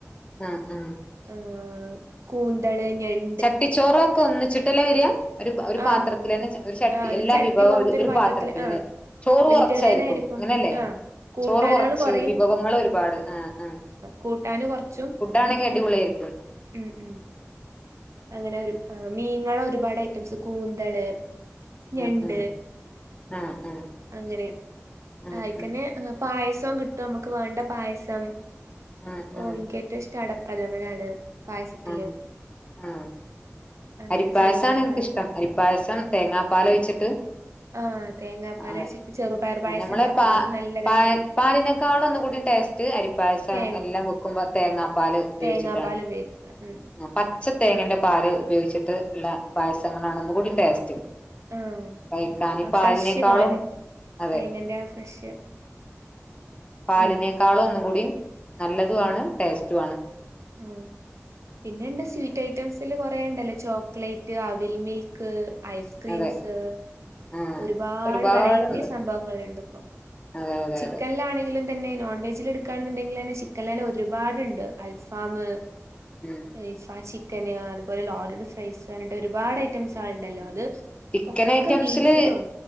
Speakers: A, on the left; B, on the right.
A: ആഹ് ആഹ്
B: ആഹ് കൂന്തള് ഞണ്ട്
A: ചട്ടി ചോറ ഒക്കെ ഒന്നിച്ചിട്ടല്ലേ വരിക ഒരു ഒരു പാത്രത്തില
B: ആഹ്
A: തന്നെ ഒരു ചട്ടി
B: ആഹ്
A: എല്ലാ
B: ചട്ടി
A: വിഭവവും
B: പോലത്തെ
A: ഒരു ഒരു
B: പാത്രത്തില്
A: പാത്രത്തിലല്ലേ
B: ആഹ്
A: ചോറ്
B: വെജിറ്റേറിയൻ
A: കൊറച്ചായിരിക്കും
B: ആയിരിക്കും
A: അങ്ങനെയല്ലേ
B: ആഹ് കൂട്ടാനാള്
A: ചോറ് കൊറച്ച്
B: കൊറയും
A: വിഭവങ്ങൾ ഒരുപാട് ആഹ് ആഹ്
B: കൂട്ടാന് കൊറച്ചും
A: ഇതാണെങ്കിൽ അടിപൊളിയാരിക്കും
B: ഉം ഉം അങ്ങനെ ഒരു മീങ്ങളെ ഒരുപാട് ഐറ്റംസ് കൂന്തള്
A: ഉം
B: ഞണ്ട്
A: ഉം ഉം ആഹ് ആഹ്
B: അങ്ങനെ
A: ആഹ്
B: അയിക്കന്നെ
A: ആഹ്
B: ഹ് പായസോം കിട്ടും നമുക്ക് വേണ്ട പായസം
A: ആഹ് ആഹ്
B: ഓഹ് എനിക്കേറ്റവും ഇഷ്ടം അട പ്രഥമനാണ് പായസത്തില്
A: ആഹ് ആഹ്
B: അങ്ങനെ
A: അരിപ്പായസാണ്
B: സേമിയ
A: എനിക്കിഷ്ടം
B: പായസം
A: അരിപ്പായസം തേങ്ങാപ്പാലൊഴിച്ചിട്ട്
B: ഉം ആഹ് തേങ്ങാപ്പാല്
A: ആഹ്
B: വെച്ചിട്ട് ചെറുപയർ പായസം
A: ഞമ്മളെ
B: ഇണ്ടാക്കും
A: പാ
B: അത് നല്ല രസാ
A: പാ പാലിനേക്കാളൊന്നുകൂടി ടേസ് റ്റ് അരിപ്പായസം
B: തേ
A: എല്ലാം വെക്കുമ്പോ തേങ്ങാപ്പാൽ ഉപയോഗിച്ചിട്ടാണ്
B: തേങ്ങാപ്പാല് ഉപയോഗിക്കും ഉം
A: ആഹ് പച്ച തേങ്ങന്റെ പാല് ഉപയോഗിച്ചിട്ട്ള്ള പായസങ്ങളാണ് ഒന്നു കൂടി ടേസ്റ്റ്
B: ആഹ്
A: <unintelligible>
B: ആ
A: പാലിനേക്കാളും
B: ഫ്രഷ് പാല്
A: അതെ
B: തേങ്ങന്റെ ആ ഫ്രഷ്
A: പാലിനേക്കാളും
B: ഉം
A: ഒന്നും കൂടി നല്ലതുവാണ് ടേസ്റ്റുവാണ്
B: ആഹ് പിന്നെണ്ട് സ്വീറ്റ് ഐറ്റംസിൽ കൊറേണ്ടല്ലേ ചോക്ലേറ്റ് അവിൽ മിൽ ക്ക് ഉം ഐസ്ക്രീംസ്
A: അതെ ആഹ്
B: ഒരുപാട്
A: ഒരുപാടുണ്ട്
B: വെറൈറ്റി സംഭവങ്ങളുണ്ട് ഇപ്പോ
A: അതെ അതെ
B: ചിക്കനിലാണെങ്കിലും
A: അതെ
B: തന്നെ നോൺ വെജിൽ എടുക്കാണന്നുണ്ടെങ്കിലന്നെ ചിക്കൻലന്നെ ഒരുപാടുണ്ട് അൽഫാമ്
A: ഉം
B: <unintelligible> ചിക്കന് അതുപോലെ ലോഡഡ് ഫ്രൈസ്അനട്ട് ഒരുപാട് ഐറ്റംസ് <unintelligible> ണ്ടല്ലോ
A: ഉം
B: അത്
A: ചിക്കൻ
B: ഒക്കെ
A: ഐറ്റംസില്
B: ബീഫിലും